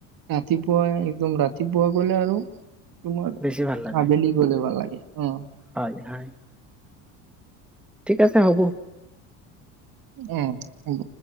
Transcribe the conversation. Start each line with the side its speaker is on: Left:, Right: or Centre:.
Right: ৰাতিপুৱা একদম, ৰাতিপুৱা গ'লে আৰু। তোমাৰ,
Centre: বেছি ভাল লাগে
Right: আবেলি গ'লে ভাল লাগে, অ'।
Centre: হয়, হয়। ঠিক আছে, হ'ব।
Right: উম, হ'ব।